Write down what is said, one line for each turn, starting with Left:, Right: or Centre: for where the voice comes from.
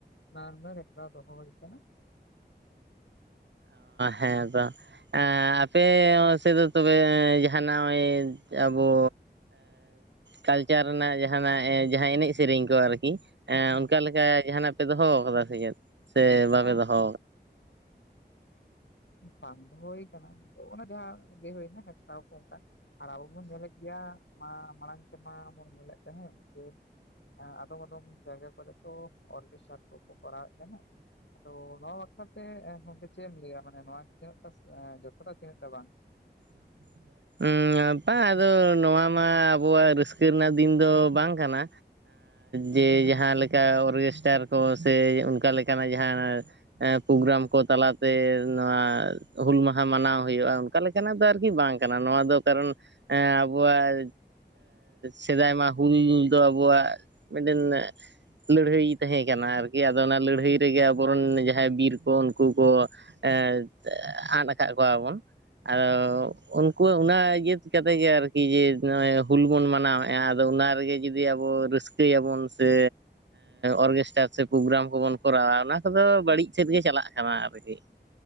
Left: <unintelligible> ᱫᱚᱦᱚ ᱦᱩᱭ ᱟᱠᱟᱱᱟ
Right: ᱦᱮᱸ ᱫᱟ ᱟᱯᱮ ᱥᱮᱫ ᱫᱚ ᱛᱚᱵᱮ ᱡᱟᱦᱟᱱᱟᱜ <unintelligible> ᱟᱵᱚ ᱠᱟᱞᱪᱟᱨ ᱨᱮᱱᱟᱜ ᱡᱟᱦᱟᱱᱟᱜ ᱡᱟᱦᱟᱸ ᱮᱱᱮᱡ ᱥᱮᱨᱮᱧ ᱠᱚ ᱟᱨᱠᱤ
Left: ᱦᱮᱸ
Right: ᱚᱱᱠᱟ ᱞᱮᱠᱟ ᱡᱟᱦᱟᱱᱟᱜ ᱯᱮ ᱫᱚᱦᱚ ᱠᱟᱫᱟ ᱥᱮ ᱪᱮᱫ ᱥᱮ
Left: <inaudible> <unintelligible>
Right: ᱵᱟᱯᱮ ᱫᱚᱦᱚ
Left: ᱵᱟᱝ ᱫᱚᱦᱚ ᱦᱩᱭ ᱟᱠᱟᱱᱟ ᱚᱱᱟ ᱡᱟᱦᱟᱸ ᱞᱟᱹᱭ ᱦᱩᱭᱱᱟ <unintelligible> <inaudible> ᱟᱨ ᱟᱵᱚ ᱵᱚᱱ ᱧᱮᱞᱮᱫ ᱜᱮᱭᱟ ᱢᱟ ᱢᱟᱲᱟᱝ ᱛᱮᱢᱟ ᱵᱚᱱ ᱧᱮᱞᱮᱫ ᱛᱟᱦᱮᱸᱫ ᱡᱮ ᱟᱫᱚᱢ ᱟᱫᱚᱢ ᱡᱟᱭᱜᱟ ᱠᱚᱨᱮ ᱫᱚ ᱚᱨᱜᱮᱥᱴᱟᱨ ᱠᱚᱠᱚ ᱠᱚᱨᱟᱣᱮᱫ ᱛᱟᱦᱮᱫ ᱟᱫᱚ ᱱᱚᱣᱟ ᱵᱟᱠᱷᱨᱟ ᱛᱮ ᱪᱮᱫ ᱮᱢ ᱞᱟᱹᱭᱟ ᱢᱟᱱᱮ ᱱᱚᱣᱟ <unintelligible> <inaudible> ᱵᱟᱝ
Right: <inaudible> ᱵᱟᱝ ᱟᱫᱚ ᱱᱚᱣᱟ ᱢᱟ ᱟᱵᱚᱣᱟᱹᱜ ᱨᱟᱹᱥᱠᱟᱹ ᱨᱮᱱᱟᱜ ᱫᱤᱱ ᱫᱚ ᱵᱟᱝ ᱠᱟᱱᱟ ᱡᱮ ᱡᱟᱦᱟ ᱞᱮᱠᱟ ᱚᱨᱜᱮᱥᱴᱟᱨ ᱠᱚ ᱥᱮ ᱚᱱᱠᱟ ᱞᱮᱠᱟᱱᱟᱜ ᱡᱟᱦᱟ <inaudible> ᱯᱨᱳᱜᱨᱟᱢ ᱠᱚ ᱛᱟᱞᱟᱛᱮ ᱱᱚᱣᱟ ᱦᱩᱞ ᱢᱟᱦᱟ ᱢᱟᱱᱟᱣ ᱦᱩᱭᱩᱜᱼᱟ ᱚᱱᱠᱟ ᱞᱮᱠᱟᱱᱟᱜ ᱫᱚ ᱟᱨᱠᱤ ᱵᱟᱝ ᱱᱚᱣᱟ ᱫᱚ ᱠᱟᱨᱚᱱ ᱮ ᱟᱵᱚᱣᱟᱜ ᱥᱮᱫᱟᱭ ᱢᱟ ᱦᱩᱞ ᱫᱚ ᱟᱵᱚᱣᱟᱜ ᱢᱤᱫᱴᱮᱱ ᱞᱟᱹᱲᱦᱟᱹᱭ ᱛᱟᱦᱮᱸ ᱠᱟᱱᱟ ᱟᱨᱠᱤ ᱟᱫᱚ ᱚᱱᱟ ᱞᱟᱹᱲᱦᱟᱹᱭ ᱨᱮᱜᱮ ᱟᱵᱚᱨᱮᱱ ᱡᱟᱦᱟᱸᱭ ᱵᱤᱨ ᱠᱚ ᱩᱱᱠᱩ ᱠᱚ ᱟᱫ ᱟᱠᱟᱫ ᱠᱚᱣᱟ ᱵᱚᱱ <inaudible> ᱠᱩᱣᱟᱜ ᱚᱱᱟ ᱤᱭᱟᱹᱛ ᱠᱟᱛᱮ ᱜᱮ ᱟᱨᱠᱤ ᱡᱮ ᱱᱚᱜᱼᱚᱭ ᱦᱩᱞ ᱵᱚᱱ ᱢᱟᱱᱟᱣᱮᱫᱼᱟ ᱟᱫᱚ ᱚᱱᱟ ᱨᱮᱜᱮ ᱡᱩᱫᱤ ᱟᱵᱚ <unintelligible> ᱨᱟᱹᱥᱠᱟᱹᱭᱟᱵᱚᱱ ᱥᱮ ᱚᱨᱜᱮᱥᱴᱟᱨ ᱥᱮ ᱯᱨᱜᱨᱟᱢ ᱠᱚᱵᱚᱱ ᱠᱚᱨᱟᱣᱟ ᱚᱱᱟ ᱠᱚᱫᱚ ᱵᱟᱹᱲᱤᱡ ᱥᱮᱫ ᱜᱮ ᱪᱟᱞᱟᱜ ᱠᱟᱱᱟ ᱟᱨᱠᱤ <unintelligible>